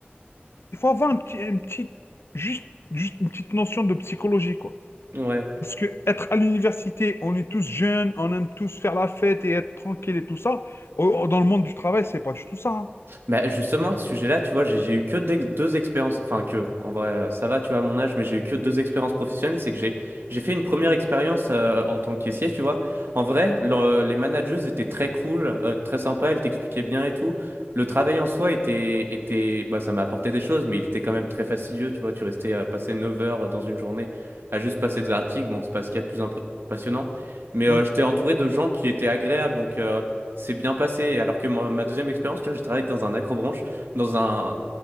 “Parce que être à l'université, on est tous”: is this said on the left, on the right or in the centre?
Left